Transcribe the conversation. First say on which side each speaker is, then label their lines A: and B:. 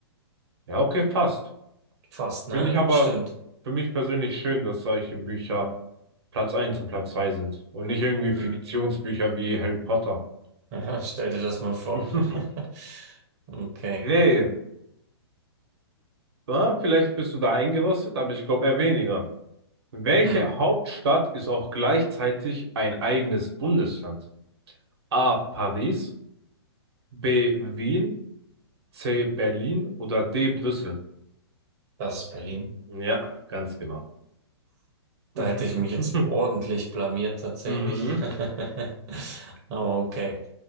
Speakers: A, on the right; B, on the right.
A: Ja, okay, fast.
B: Fast, ne?
A: Finde ich aber
B: Stimmt.
A: für mich persönlich schön, dass solche Bücher Platz eins und Platz 2 sind und nicht irgendwie
B: Mhm.
A: Fiktionsbücher wie Harry Potter.
B: <laughs> Aha, stell dir das mal vor.
A: <laughs>
B: <laughs> Okay.
A: Hey, na, vielleicht bist du da eingerostet, aber ich glaube eher weniger. Welche
B: Hm,
A: Hauptstadt ist auch gleichzeitig ein eigenes Bundesland? A. Paris, B. Wien, C. Berlin oder D. Brüssel?
B: das ist Berlin.
A: Ja, ganz genau.
B: Da
A: <laughs>
B: hätte ich mich jetzt ordentlich blamiert tatsächlich.
A: Mhm.
B: <laughs> Aber okay.